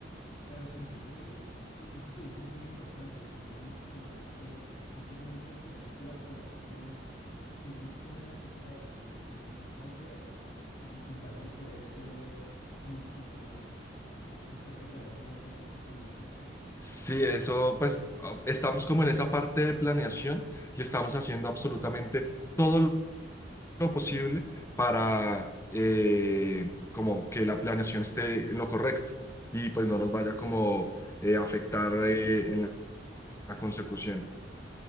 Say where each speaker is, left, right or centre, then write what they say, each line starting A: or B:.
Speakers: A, on the left (about 35°); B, on the left (about 15°).
A: Claro, sí, yo creo que eso es, e- eso que dices es muy importante, tener un nicho de negocios, un segmento específico de la población que busque una necesidad. Eh, lo que tú planteas, eh, me parece que puede ser muy funcional. Entonces espero que te vaya muy bien con ese emprendimiento.
B: Sí, eso pues ah, estamos como en esa parte de planeación y estamos haciendo absolutamente todo lo posible para eh, como que la planeación esté en lo correcto y pues no nos vaya como eh, afectar eh, en la la consecución.